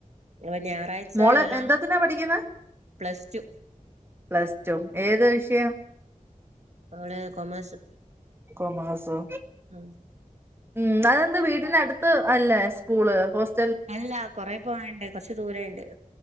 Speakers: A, on the right (about 55°); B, on the right (about 15°).
A: അപ്പൊ ഞായറാഴ്ച
B: മോള്
A: എല്ലാ
B: എന്തത്തിനാ പഠിക്കുന്നെ
A: പ്ലസ് ടു.
B: പ്ലസ് ടു ഏത് വിഷയം?
A: അവള് കൊമേഴ്സ്
B: കൊമയ്സ്.
A: ഉം.
B: ഉം അതെന്ത് വീടിന് അടുത്ത് അല്ലേ സ്കൂള് ഹോസ്റ്റല്
A: അല്ല കൊറേ പോവണ്ട് കൊറച്ചു ദൂരണ്ട്.